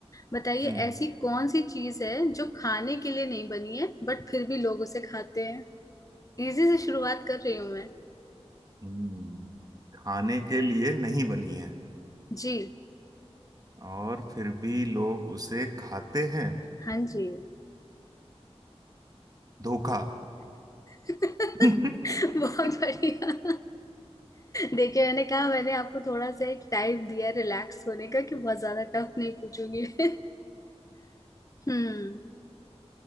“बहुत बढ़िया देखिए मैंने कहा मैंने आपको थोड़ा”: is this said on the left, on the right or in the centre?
Left